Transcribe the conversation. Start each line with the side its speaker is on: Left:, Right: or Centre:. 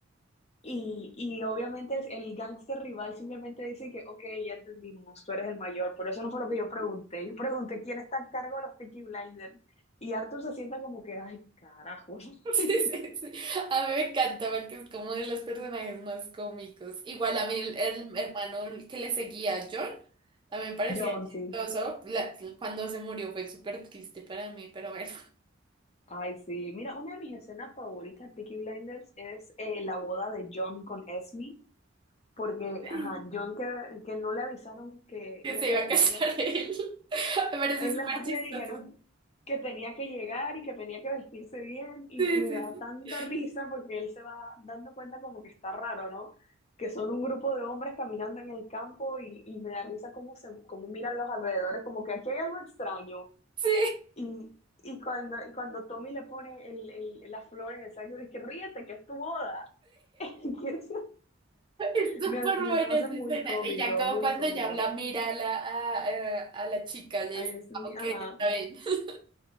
Left: Y, y obviamente el gángster rival simplemente dice que, ok, ya entendimos, tú eres el mayor, pero eso no fue lo que yo pregunté. Yo pregunté quién está a cargo de los Peaky Blinders. Y Arthur se sienta como que, ay, carajo.
Right: Sí,
Left: <laughs>
Right: sí, sí. A mí me encanta porque es como de los personajes más cómicos. Igual a mí el, el hermano que le seguía a John también me parecía
Left: John,
Right: chistoso.
Left: sí.
Right: La- cuando se murió fue súper triste para mí, pero bueno,
Left: Ay, sí. Mira, una de mis escenas favoritas de Peaky Blinders es eh, la boda de John con Esme, porque,
Right: <laughs> que
Left: ajá, John que, que no le avisaron que
Right: se
Left: iba para
Right: iba a
Left: su
Right: casar
Left: boda
Right: él. <laughs> Me parece
Left: Él
Right: súper
Left: nada más
Right: chistoso.
Left: le dijeron que tenía que llegar y que tenía que vestirse bien y
Right: Sí,
Left: me
Right: sí,
Left: da
Right: sí.
Left: tanta risa porque él se va dando cuenta como que está raro, ¿no? Que son un grupo de hombres caminando en el campo y, y me da risa cómo se, cómo miran los alrededores, como que aquí hay algo extraño.
Right: Sí.
Left: Y, y cuando, y cuando Tommy le pone el, el- la flor en el saco, dice que ríete, que es tu boda. <laughs> Y eso
Right: Es súper
Left: Me, me
Right: buena
Left: hace
Right: esa
Left: muy
Right: escena.
Left: cómico,
Right: Y ya como
Left: muy
Right: cuando
Left: cómico.
Right: ya la mira a la, a, a- a la chica, ya dice,
Left: Ay, es mi-
Right: "Ah, ok,
Left: ajá.
Right: está bien. <laughs>